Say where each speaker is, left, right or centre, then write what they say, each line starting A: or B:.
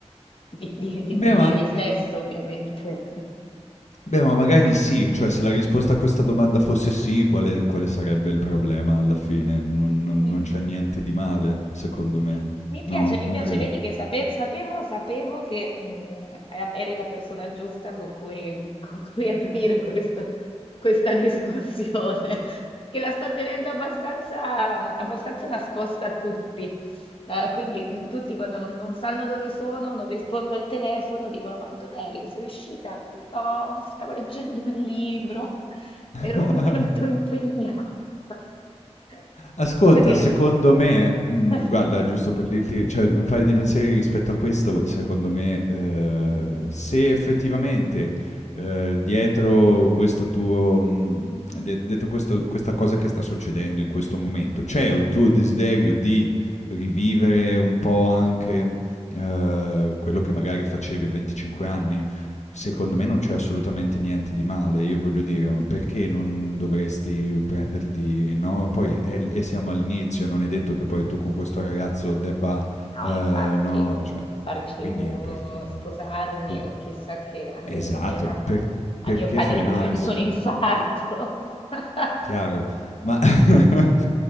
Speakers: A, on the left; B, on the left.
A: di, di di-
B: Beh,
A: di
B: ma,
A: riflesso,
B: <clears throat>
A: ovviamente.
B: beh, ma magari sì, cioè se la risposta a questa domanda fosse sì, quale, quale sarebbe il problema alla fine? non non-
A: <laughs>
B: non c'è niente di male, secondo me.
A: Mi mi piace,
B: No,
A: mi
B: non
A: piace,
B: credi?
A: vedi che sape- sapevo, sapevo che mm, era- eri la persona giusta con cui, mm, con cui aprire questo- questa discussione, <laughs> che la sto tenendo abbastanza, abbastanza nascosta a tutti. Eh, quindi mm, tutti quando non, non sanno dove sono, non rispondo al telefono, dicono: Ma dov'eri? Sei uscita? No, stavo leggendo un libro, <laughs>
B: <laughs>
A: ero molto impegnata. <laughs>
B: Ascolta,
A: Solo che la...
B: secondo me mhmm,
A: <laughs>
B: guarda giusto per dirti cioè un paio di pensieri rispetto a questo, secondo me, ehm, se effettivamente, ehm, dietro questo tuo mhmm, de dietro questo questa cosa che sta succedendo in questo momento, c'è un tuo desiderio di rivivere un po' anche, ehm, quello che magari facevi a 25 anni? Secondo
A: Sì.
B: me non c'è assolutamente niente di male, io voglio dire, ma perché non dovresti prenderti, no? Poi è- e siamo all'inizio, non è detto che poi tu con questo ragazzo debba,
A: No,
B: eh,
A: infatti,
B: no, cioè,
A: farci
B: eh, quindi
A: un,
B: perché,
A: sposarmi
B: pe-
A: o chissà che, anche
B: esatto,
A: perché a,
B: per-
A: a
B: perché
A: mio padre
B: frenarsi?
A: gli prendo un infarto. <laughs>
B: Chiaro. Ma <laughs>